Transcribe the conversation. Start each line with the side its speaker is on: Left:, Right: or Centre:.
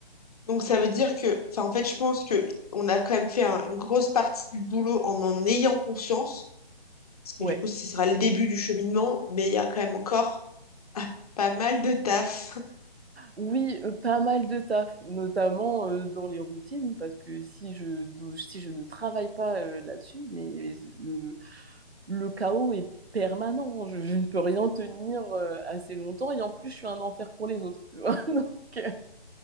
Left: Donc ça veut dire que, enfin en fait je pense que on a quand même fait un- une grosse partie du boulot en en ayant conscience, parce que
Right: Ouais.
Left: du coup ce sera le début du cheminement, mais il y a quand même encore <laughs> ah, pas mal de taf. <laughs>
Right: Oui, euh, pas mal de taf, notamment euh, dans les routines, parce que si je, do- si je ne travaille pas euh, là-dessus, mais le, le chaos est permanent. Je, je ne peux rien tenir euh, assez longtemps. Et en plus, je suis un enfer pour les autres, tu vois. <laughs> Donc, euh,